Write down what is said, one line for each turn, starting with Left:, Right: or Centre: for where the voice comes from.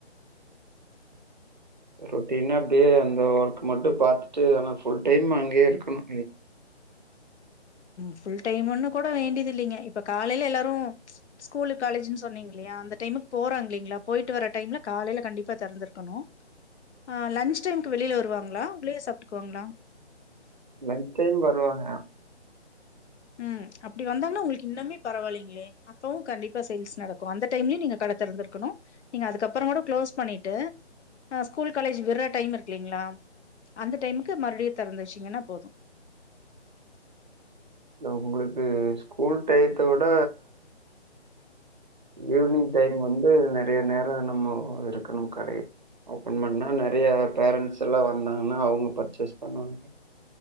Right: ரொட்டீனா அப்டியே அந்த ஒர்க் மட்டு பாத்துட்டு ஆனா புல் டைம் அங்கேயே இருக்கனு
Left: ஃபுல் டைம்ன்னு கூட வேண்டியதில்லீங்க இப்ப காலைல எல்லாரு ஸ்கூலு காலேஜூ சொன்னீங்க இல்லயா அந்த டைமு போறாஙி இல்லீங்களா போயிட்டு வர டைம்ல காலைல கண்டிப்பா தெறந்திருக்கணு ஆ லஞ்சு டைம்க்கு வெளில வருவாங்களா உள்ளயே சாப்டுபாங்ளா
Right: லன்ச் டைம் வருவாங்க
Left: ம் அப்டி வந்தாங்கனா உங்ளுக்கு இன்னுமே பரவாயில்லீங்ளே அப்பவு கண்டிப்பா சேல்ஸ் நடக்கு அந்த டைம்லயு நீங்க கடத்திறந்திருக்கணு நீங்க அதுக்கப்புற கூட க்ளோஸ் பண்ணிட்டு அ ஸ்கூல் காலேஜ் விடுற டைம் இருக்குலீங்களா அந்த டைமுக்கு மறுவடியு திறந்து வெச்சிங்னா போது
Right: உங்ளுக்கு ஸ்கூல் டையத்த விட ஈவினிங் டைம் வந்து நெறைய நேர நம்மோ இருக்கணு கடைல ஓப்பன் பண்ணா நெறையா பேரண்ட்ஸ் எல்லா வந்தாங்கன்னா அவங்க பர்ச்சேஸ் பண்ணுவாங்க